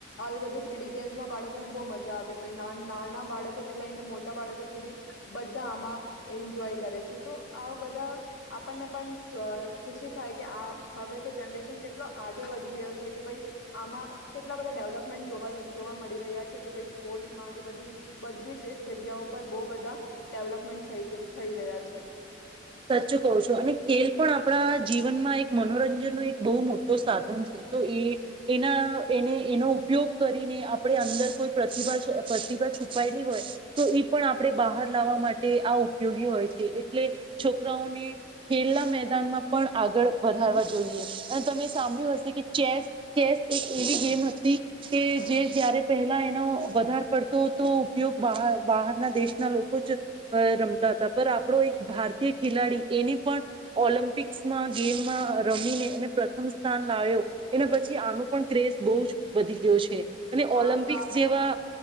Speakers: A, on the left; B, on the right.
A: આવી બધી થ્રી ડી ગેમ્સમાં બાળકોને બહ મજા આવે નાના બાળકો થી લઈને મો બાળકો સુધી બધા, આમાં એન્જોય કરે છે તો આ બધા, આપણને પણ ખુશી થાય કે આ હવે તો જનરેશન કેટલો આગે વધી ગયો છે કે ભાઈ, આમાં કેટલા બધા ડેવલપમેન્ટ જોવા જોવા મળી રહ્યા છે કે ભાઈ સ્પોર્ટ્સમાં કે બધી બધી જ જગ્યાઓ પર બહ બધા, ડેવલપમેન્ટ થ થઈ રહ્યા છે.
B: સચ્ચ કહો છો અને ખેલ પણ આપણા જીવનમાં એક મનોરંજનનો એક બહુ મોટો સાધન છે, તો એ એના એને એનો ઉપયોગ કરીને આપણે અંદર કોઈ પ્રતિભા પ્રતિભા છુપાયેલી હોય, તો એ પણ આપણે બહાર લાવવા માટે આ ઉપયોગી હોય છે, એટલે છોકરાઓને ખેલના મેદાનમાં પણ આગળ વધારવા જોઈએ, અને તમે સાંભળ્યું હશે કે ચેસ ચેસ એક એવી ગેમ હતી કે જે જયારે પહેલા એનો વધાર પડતો તો ઉપયોગ બહારના દેશના લોકો જ, રમતા હતા પર આપણો એક ભારતી ભારતીય ખેલાડી એને પણ, ઓલમ્પિક્સમાં ગેમમાં રમીને એ પ્રથમ સ્થાન લાવ્યો, એના પછી આનો પણ ક્રેઝ બહુ જ વધી ગયો છે. અને
A: હા
B: ઓલમ્પિક્સ
A: તો આપણે
B: જેવા